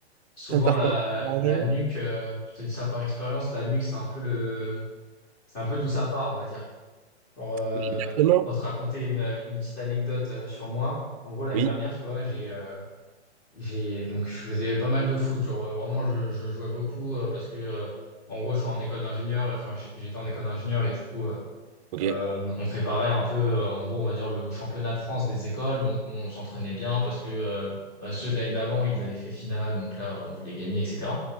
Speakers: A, on the left; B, on the right.
A: souvent
B: un tartare
A: la,
B: à
A: la
B: rien.
A: nuque, euh, je te dis ça par expérience, la nuque, c'est un peu le, c'est un peu d'où ça part, on va dire. Pour, euh,
B: Oui, Exactement.
A: pour te raconter une, une petite anecdote euh, sur moi. En gros, l'année
B: Oui,
A: dernière, tu vois, j'ai euh, J'ai donc je faisais pas mal de foot, genre euh, vraiment je, je jouais beaucoup euh, parce que euh, en gros je suis en école d'ingénieur, enfin j'ai- j'étais en école d'ingénieur et du coup euh,
B: ok.
A: euh, on, on préparait un peu euh, en gros on va dire le championnat de France des écoles, donc on s'entraînait bien parce que euh, bah, ceux de l'année d'avant ils avaient fait finale, donc là on voulait gagner etc.